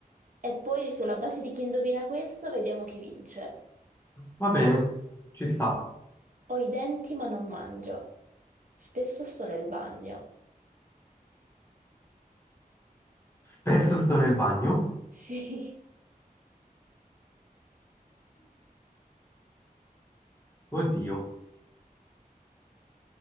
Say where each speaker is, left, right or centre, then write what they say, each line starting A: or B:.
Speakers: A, on the right; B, on the left.
A: e poi sulla base di chi indovina questo vediamo chi vince.
B: Va bene, ci sta.
A: Ho i denti ma non mangio. Spesso sto nel bagno.
B: Spesso sto nel bagno.
A: Sì,
B: Oddio,